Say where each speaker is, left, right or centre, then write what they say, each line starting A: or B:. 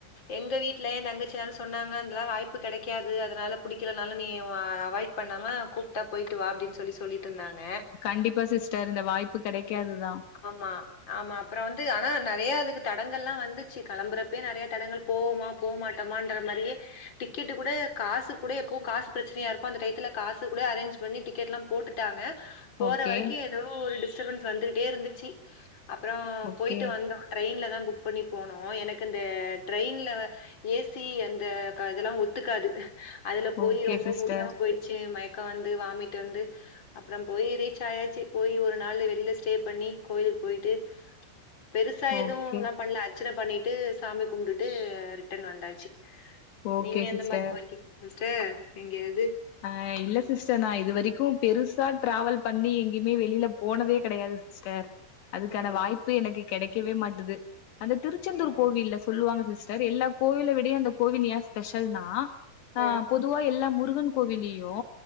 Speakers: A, on the left; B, on the left.
A: எங்க வீட்ல எய தங்கச்சி எல்லா சொன்னாங்க அதுல்லா வாய்ப்பு கெடைக்காது அதனால புடிக்கலனாலு நீ அவாய்ட் பண்ணாம கூப்ட்டா போயிட்டு வா அப்டின்னு சொல்லி சொல்லிட்டு இருந்தாங்க
B: கண்டிப்பா சிஸ்டர் இந்த வாய்ப்பு கெடைக்காதுதா
A: ஆமா ஆமா அப்பற வந்து ஆனா நெறைய அதுக்கு தடங்கள் எலா வந்துச்சு கெளம்புற அப்பே நெறைய தடங்கள் போமா போ மாட்டமன்ற மாதிரியே டிக்கெட் கூட காசு கூட எப்போ காசு பிரச்சனையா இருக்கும் அந்த டயத்துல காசு கூட அரேஞ்ச் பண்ணி டிக்கெட் எல்லா போட்டுடாங்க போற
B: ஓகே
A: வரைக்கும் ஏதோ ஒரு டிஸ்டர்பன்ஸ் வந்துகிட்டே இருந்துச்சு அப்பற
B: ஓகே
A: போயிட்டு வந்தோ ட்ரெயின்ல தா புக் பண்ணி போனோ எனக்கு இந்த ட்ரெயின்ல ஏசி அந்த இதெல்லா ஒத்துக்காது அதுல
B: ஓகே
A: போய் ரொம்ப
B: சிஸ்டர்
A: முடியாம போயி ச்சு மயக்க வந்து வாமிட் வந்து அப்பற போய் ரீச் ஆயாச்சு போய் ஒரு நாள் வெளியில ஸ்டே பண்ணி கோயிலுக்கு போயிட்டு பெருசா எதுவும்ல்லா
B: ஓகே
A: பண்ல அது அர்ச்சன பண்ணிட்டு சாமி கும்டுட்டு ரிட்டன் வந்தாச்சு
B: ஓகே
A: நீங்க
B: சிஸ்டர்
A: எந்த மாரி <unintelligible> சிஸ்டர் எங்கெயாவது
B: ஆ இல்ல சிஸ்டர் நா இது வரைக்கும் பெருசா டிராவல் பண்ணி எங்கயுமே வெளியில போனதே கெடையாது சிஸ் சிஸ்டர் அதுக்கான
A: ம்.
B: வாய்ப்பு எனக்கு கெடைக்கவே மாட்டுது அந்த திருச்செந்தூர்
A: ம்.
B: கோவில்ல சொல்லுவாங்க சிஸ்டர் எல்லா கோவில்ல விடயு அந்த கோவில் எய ஸ்பெசல்னா
A: ஆ.
B: பொதுவா எல்லா முருகன் கோவிலயு